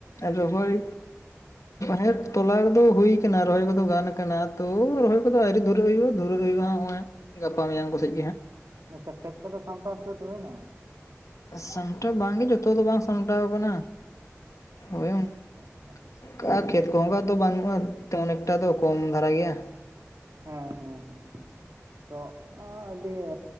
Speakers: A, on the left; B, on the right.
A: ᱟᱫᱚ ᱦᱳᱭ ᱦᱮᱸ ᱛᱚᱞᱟ ᱠᱚᱫᱚ ᱦᱩᱭᱩ ᱟᱠᱟᱱᱟ ᱨᱚᱦᱚᱭ ᱠᱚᱫᱚ ᱜᱟᱱ ᱠᱟᱱᱟ ᱛᱚ ᱨᱚᱦᱚᱭ ᱠᱚᱫᱚ ᱟᱣᱨᱤ ᱫᱷᱩᱨᱟᱹ ᱦᱩᱭᱩᱜᱼᱟ ᱫᱷᱩᱨᱟᱹ ᱦᱩᱭᱩᱜᱼᱟ ᱱᱚᱜᱼᱚᱭ ᱜᱟᱯᱟ ᱢᱮᱭᱟᱝ ᱠᱚ ᱥᱮᱡ ᱜᱮ ᱦᱟᱸᱜ
B: ᱟᱪᱷᱟ ᱠᱷᱮᱛ ᱠᱚ ᱫᱚ ᱥᱟᱢᱴᱟᱣ ᱥᱟᱹᱫ ᱦᱩᱭᱱᱟ?
A: ᱥᱟᱢᱴᱟᱣ ᱵᱟᱝᱜᱮ ᱡᱚᱛᱚ ᱫᱚ ᱵᱟᱝ ᱥᱟᱢᱴᱟᱣ ᱟᱠᱟᱱᱟ᱾ ᱦᱳᱭ ᱚᱱᱠᱟ
B: ᱟᱪᱪᱷᱟ ᱟᱪᱪᱷᱟ
A: ᱜᱮ ᱪᱮᱫ ᱠᱚᱦᱚᱸ ᱫᱚ ᱵᱟᱹᱱᱩᱜᱼᱟ ᱠᱟᱱᱮᱠᱴᱟ ᱫᱚ ᱠᱚᱢ ᱫᱷᱟᱨᱟ ᱜᱮᱭᱟ
B: ᱦᱮᱸ ᱦᱮᱸ ᱦᱮᱸ ᱦᱮᱸ ᱛᱚ ᱟᱸ ᱟᱹᱰᱤ